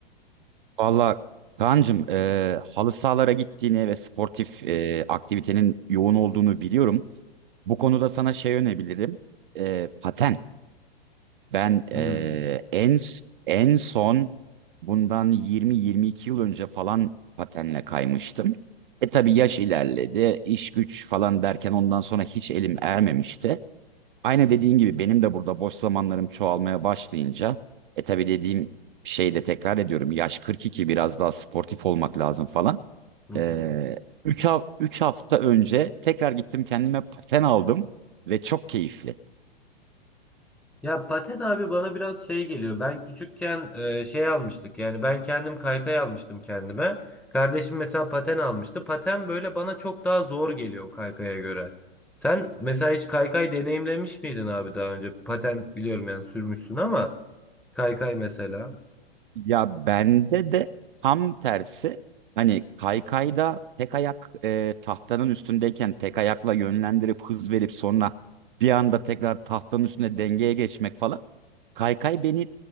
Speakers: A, on the right; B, in the centre.
A: Valla Kaan'cığım e, halı sahalara gittiğini ve sportif e, aktivitenin yoğun olduğunu biliyorum. Bu konuda sana şey önebilirim. E, paten. Ben e,
B: Hmm.
A: en en son bundan 20-22 yıl önce falan patenle kaymıştım. E tabii yaş ilerledi, iş güç falan derken ondan sonra hiç elim ermemişti. Aynı dediğin gibi benim de burada boş zamanlarım çoğalmaya başlayınca e tabii dediğim şeyi de tekrar ediyorum. Yaş 42, biraz daha sportif olmak lazım falan.
B: Hı hı.
A: Ee, 3 3 hafta önce tekrar gittim kendime paten aldım ve çok keyifli.
B: Ya paten abi bana biraz şey geliyor. Ben küçükken e, şey almıştık. Yani ben kendim kaykay almıştım kendime. Kardeşim mesela paten almıştı. Paten böyle bana çok daha zor geliyor kaykaya göre. Sen mesela hiç kaykay deneyimlemiş miydin abi daha önce? Paten biliyorum yani sürmüşsün ama kaykay mesela.
A: Ya bende de tam tersi hani kaykayda tek ayak e, tahtanın üstündeyken tek ayakla yönlendirip hız verip sonra bir anda tekrar tahtanın üstüne dengeye geçmek falan. Kaykay beni